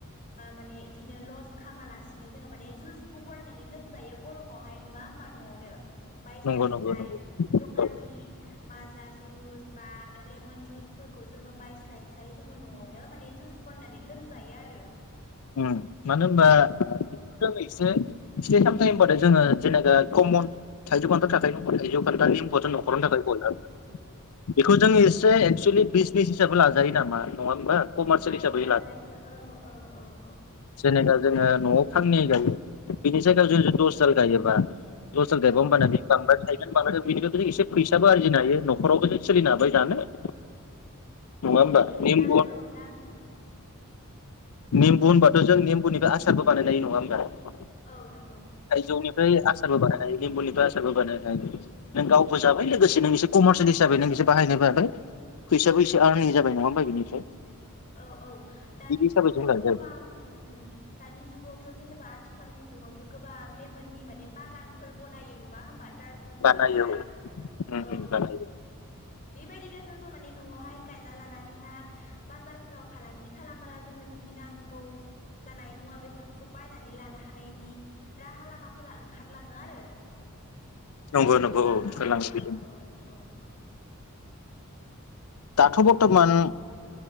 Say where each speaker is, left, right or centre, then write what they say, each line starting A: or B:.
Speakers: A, on the left; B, on the left.
A: माने इदिनो लस खालामा लासेनो जोङो माने जुसबो बरायनानै लोंजायो गरमावहाय नङा होमबा न'वावनो बायस्लायस्लाय
B: नंगौ नंगौ नंगौ
A: दखाननि
B: औ।
A: माजा जुस, बा लेमन जुस फो जोङो बायस्लायस्लाय जोङो न'वावनो नों माने जुमइ फननानै लोंजायो आरो। ओ।
B: ओम मानो होनबा बेखौ जोङो एसे फिस्थाय <inaudible> होनबाथाय जोङो जेनेबा कमन थाइजौ खान्थाल थाखायी नबाथाय
A: औ औ नंगौ
B: <unintelligible>
A: नंगौ
B: <unintelligible> बेखौ जों एसे एक्सुेलि बिजसनिस हिसाबै लाजायो नामा नङा होमबा। कमारसियेल
A: औ
B: हिसाबै
A: लाजायो औ औ औ।
B: जेनेबा जोङो न'आव फाननै गायो बिनि जायगायाव जों दस दाल गायोबा। दस दाल गायोबा
A: औ
B: ओमबाना बेयो बांद्राय थायो। बिनिखौथ' जों एसे फैसाबो आरजिनो हायो न'खरावबो जों सोलिनो हाबाय जानो। <inaudible>
A: औ
B: होमबा निम्बु
A: नां औ नां
B: नेमबु होनबाथ' जों नेमबुनि बे आसारबोबानायनो हायो नङा होनबा?
A: औ नों
B: थाइजौ निफ्राय आसा आसारबो बानाय हायो लेबुनिफराय आसारबो बानायनो हायो नों गावबो जाबाय लोगोसे नों एसे कमारसियेल हिसाबै नों एसे बाहायनोबो हाबाय फैसाबो एसे यारनिं जाबाय नङा होनबा बिनिफ्राय।
A: औ औ दानि
B: बिदि हिसाबै
A: जुगावथ'
B: जों लाजायो
A: गोबां दानि जुगावथ' जेनेबा आथिखालनि जुगावथ' गोबां लेमोननि माने बागानफोर बनायो नङा होमबा? थरमुस
B: बानायो
A: बागान
B: औ उम उम
A: औ
B: बानायो
A: बेबायदिनो जोंबो माने न'आवहाय गायना लानानैहाय बाजार फोराव फालांगि खालामबोला जोङो जोंनि नांगौ जानाय मुवा बेसादफोरखौ बायनानै लानो हानायनि राहा लामाफोरा ओंखारलाङो आरो।
B: नंगौ नंगौ
A: नङा
B: औ
A: होमबा
B: ओंखारलाङो
A: औ
B: बिदिनो।
A: औ औ
B: दाथ' बरथमान